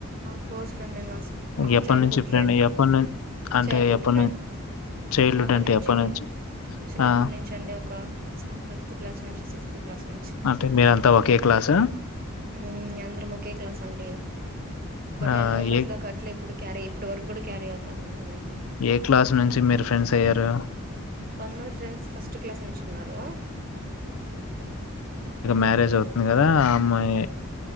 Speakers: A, on the right; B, on the left.
A: క్లోస్ ఫ్రెండ్ అండి <unintelligible> ఆ
B: ఎప్పటినుంచి
A: చైల్డ్ హుడ్ ఫ్రెండ్
B: ఎప్పటినుం అంటే
A: చైల్డ్ హుడ్
B: ఎప్పటినుం
A: ఫ్రెండ్
B: చైల్డ్‌హుడ్
A: చిన్నప్పటి
B: అంటే
A: నుంచి
B: ఎప్పటినుంచి?
A: చిన్నప్పటి
B: ఆ!
A: నుంచి అండి ఒక ఫిఫ్త్ క్లాస్ నుంచి సిక్స్త్ క్లాస్ నుంచి
B: అంటే మీరంతా ఒకే క్లాసా?
A: ఉమ్ అందరం ఒకే క్లాస్ అండి ఒక
B: ఆ!
A: టెన్ మెంబర్స్
B: ఏ
A: దాకా అట్లే ఇప్పుడు క్యారీ ఇప్పుడు వరకు కూడా క్యారీ అవు తమిళమే
B: ఏ క్లాస్ నుంచి మీరు ఫ్రెండ్స్ అయ్యారు
A: కొంతమంది ఫ్రెండ్స్ ఫస్ట్ క్లాస్ నుంచి ఉన్నారు
B: మ్యారేజో ఉంది కదా ఆ అమ్మాయి